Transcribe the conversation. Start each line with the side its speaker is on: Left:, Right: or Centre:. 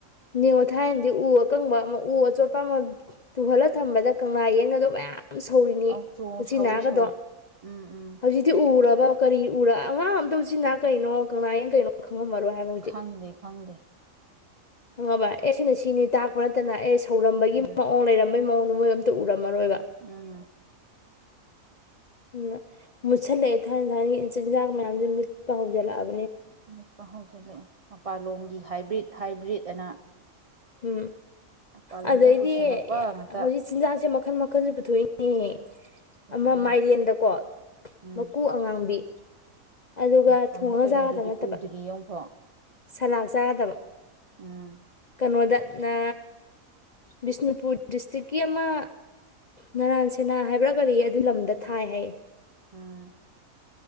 Left: ꯅꯤꯉꯣꯊꯥꯏꯅꯗꯤ ꯎ ꯑꯀꯪꯕ ꯑꯃ ꯎ ꯑꯆꯣꯠꯄ ꯑꯃ ꯇꯨꯍꯜꯂ ꯊꯝꯕꯗ ꯀꯪꯂꯥ ꯌꯦꯡꯒꯗꯕ ꯃꯌꯥꯝ ꯌꯥꯝ ꯁꯧꯔꯤꯅꯤ
Right: ꯑꯧ
Left: ꯎꯆ
Right: ꯆꯣ
Left: ꯎꯆꯆꯤ
Right: ꯁꯧꯏ
Left: ꯅꯥꯒꯗꯣ
Right: ꯁꯧꯏ ꯎꯝ ꯎꯝ
Left: ꯍꯧꯖꯤꯛꯇꯤ ꯎꯔꯕ ꯀꯔꯤ ꯎꯔ ꯑꯉꯥꯡ ꯑꯝꯇ ꯎꯆꯤꯟꯅꯥ ꯀꯩꯅꯣ ꯀꯪꯂꯥ ꯌꯦꯟ ꯀꯩꯅꯣ ꯈꯪꯉꯝꯃꯔꯣꯏ ꯍꯥꯏꯕ ꯍꯧꯖꯤꯛ
Right: ꯈꯪꯗꯦ ꯈꯪꯗꯦ
Left: ꯍꯪꯉꯕ ꯑꯦ ꯁꯤꯅ ꯁꯤꯅꯤ ꯇꯥꯛꯄ ꯅꯠꯇꯅ ꯑꯦ ꯊꯧꯔꯝꯕꯒꯤ
Right: ꯎꯝ
Left: ꯃꯑꯣꯡ ꯂꯩꯔ ꯃꯧꯣꯏ ꯎ ꯃꯔ ꯑꯣꯏꯕ
Right: ꯎꯝ
Left: ꯎ ꯃꯨꯠꯁꯤꯜꯂꯛꯑꯦ ꯊꯥꯏꯅ ꯊꯥꯏꯅꯒꯤ ꯆꯤꯟꯖꯥꯛ ꯃꯌꯥꯝꯁꯦ ꯃꯨꯠꯄ ꯍꯧꯖꯤꯜꯂꯛꯑꯒ
Right: ꯎ ꯇ ꯍꯁ ꯃꯄꯥꯟꯂꯣꯝꯒꯤ ꯍꯥꯏꯕ꯭ꯔꯤꯠ ꯍꯥꯏꯕ꯭ꯔꯤꯠ ꯑꯅ
Left: ꯍꯝ
Right: ꯃꯄꯥꯟꯂꯣꯝꯗꯩ
Left: ꯑꯗ ꯏꯗꯤ
Right: ꯄꯨꯁꯤꯜꯂꯛꯄ ꯉꯥꯛꯇ
Left: ꯍꯧꯖꯤꯛ ꯆꯤꯟꯖꯁꯦ ꯃ ꯃꯈꯜ ꯃꯈꯜꯁꯨ ꯄꯨꯊꯣꯛꯏꯅꯦ
Right: ꯄꯨꯊꯣꯛꯑꯦ
Left: ꯑꯃ ꯃꯥꯏꯔꯦꯟꯗꯀꯣ
Right: ꯎꯝ
Left: ꯃꯀꯨ ꯑꯉꯥꯡꯕꯤ ꯑꯗꯨꯒ
Right: ꯃꯥ ꯀꯃꯥꯏꯅ
Left: ꯊꯣꯡꯉꯒ
Right: ꯇꯧꯔꯤꯅꯣ
Left: ꯆꯥꯒꯗꯕ
Right: ꯑꯗꯨꯗꯤ
Left: ꯅꯠꯇꯕ
Right: ꯎꯗ꯭ꯔꯤꯌꯦ ꯑꯃꯨꯛꯐꯥꯎ
Left: ꯁꯂꯥꯠ ꯆꯥꯒꯗꯕ
Right: ꯎꯝ
Left: ꯀꯩꯅꯣꯗ ꯅ ꯕꯤꯁꯅꯨꯄꯨꯔ ꯗꯤꯁꯇ꯭ꯔꯤꯛꯀꯤ ꯑꯃ ꯅꯔꯥꯟ ꯁꯦꯅꯥ ꯍꯥꯏꯕ꯭ꯔꯥ ꯀꯔꯤ ꯑꯗꯨ ꯂꯝꯗ ꯊꯥꯏ ꯍꯥꯏꯌꯦ
Right: ꯎꯝ